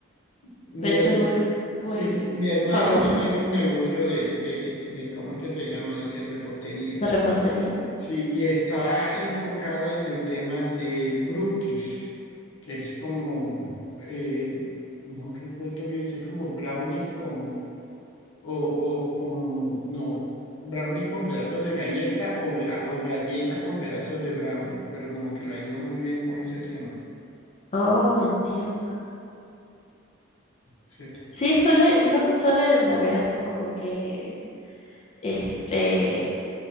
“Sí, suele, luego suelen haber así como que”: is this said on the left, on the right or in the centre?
Left